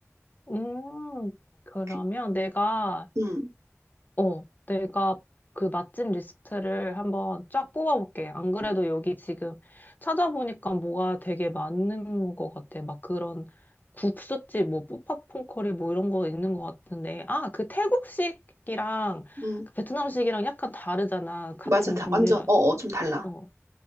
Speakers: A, on the left; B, on the right.
A: 음, 그러면
B: 그-
A: 내가,
B: 음,
A: 어, 내가 그 맛집 리스트를 한번 쫙 뽑아볼게. 안 그래도
B: 음,
A: 여기 지금 찾아보니까 뭐가 되게 많은 것 같아. 막 그런 국수집, 뭐, 푸팟퐁 커리 뭐 이런 거 있는 것 같은데. 아, 그 태국식이랑
B: 음.
A: 그 베트남식이랑 약간 다르잖아. 같은
B: 맞아. 다
A: 종류.
B: 완전, 어, 어, 좀 달라.
A: 어,